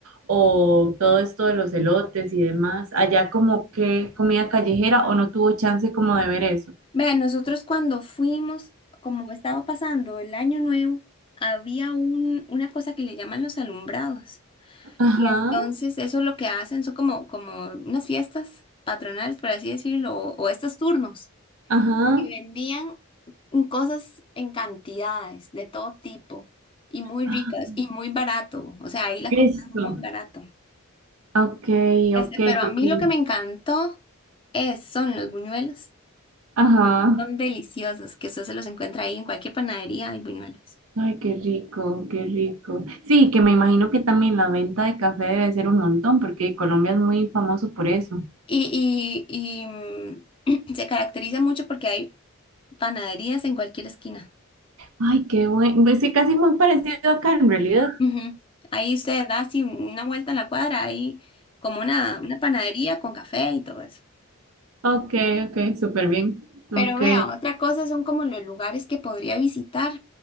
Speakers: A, on the right (about 75°); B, on the left (about 25°).
A: o todo esto de los elotes y demás. Allá como que comida callejera o no tuvo chance como de ver eso.
B: Vean, nosotros cuando fuimos, como estaba pasando el año nuevo, había un, una cosa que le llaman los alumbrados.
A: Ajá,
B: Y entonces eso lo que hacen son como, como unas fiestas patronales, por así decirlo, o o estos turnos.
A: ajá.
B: Y vendían en cosas en cantidades, de todo tipo, y muy
A: ah,
B: ricas, y muy barato. O sea, ahí las
A: Eso.
B: compraban muy barato.
A: Okay,
B: Este,
A: okay,
B: pero
A: porque
B: a mí lo que me encantó es, son los buñuelos.
A: ajá.
B: Son deliciosos, que usted se los encuentra ahí en cualquier panadería, hay buñuelos.
A: Ay, qué rico, qué rico. Sí, que me imagino que también la venta de café debe ser un montón, porque Colombia es muy famoso por eso.
B: Y, y, y, mm, <clears throat> se caracteriza mucho porque hay panaderías en cualquier esquina.
A: Ay, qué bueno. Pues sí, casi muy parecido acá en realidad.
B: Ujú. Ahí usted da así una vuelta en la cuadra, hay como una, una panadería con café y todo eso.
A: Ok, ok, súper bien. Ok.
B: Pero vea, otra cosa son como los lugares que podría visitar.